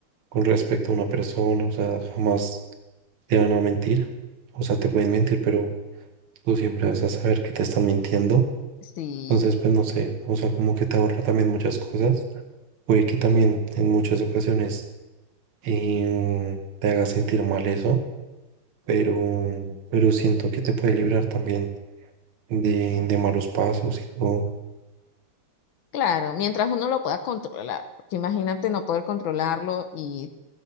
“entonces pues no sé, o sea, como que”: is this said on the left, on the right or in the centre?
Right